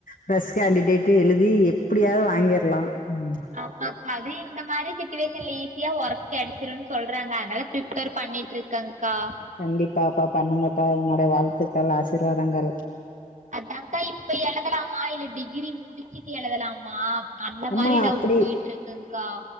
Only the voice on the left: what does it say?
பிரெஷ் கேண்டிடேட்டு எழுதி எப்டியாவது வாங்கிர்லா ம்
கண்டிப்பா அப்பா பண்ணுங்கப்பா என்னோடய வாழ்த்துக்கள் ஆசிர்வாதங்கள்
அம்மா
அப்டி